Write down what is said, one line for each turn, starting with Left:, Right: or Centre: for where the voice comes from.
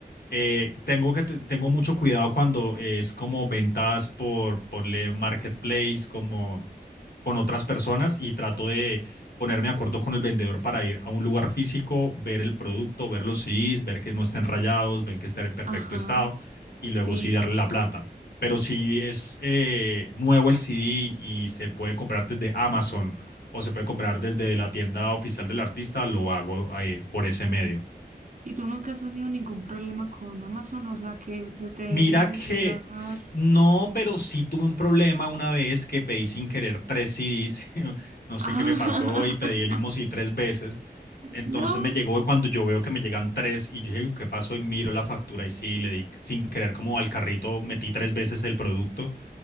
Left: Eh, tengo que te- tengo mucho cuidado cuando es como ventas por, ponle marketplace, como con otras personas y trato de ponerme de acuerdo con el vendedor para ir a un lugar físico, ver el producto, ver los CDs, ver que no estén rayados, ver que estén en perfecto
Right: Ajá,
Left: estado y
Right: sí.
Left: luego sí darle la plata. Pero si es eh, nuevo el CD y se puede comprar desde Amazon o se puede comprar desde la tienda oficial del artista, lo hago eh, por ese medio.
Right: ¿Y tú nunca has tenido ningún problema con Amazon? O sea, que se te demore
Left: Mira que
Right: en llegar.
Left: s- no, pero sí tuve un problema una vez que pedí sin querer tres CDs. <laughs> No
Right: <laughs>
Left: sé qué me pasó y pedí el mismo CD tres veces. Entonces
Right: No.
Left: me llegó y cuando yo veo que me llegan tres y yo dije, "Uy, ¿qué pasó? Y miro la factura y sí, le di sin querer como al carrito, metí tres veces el producto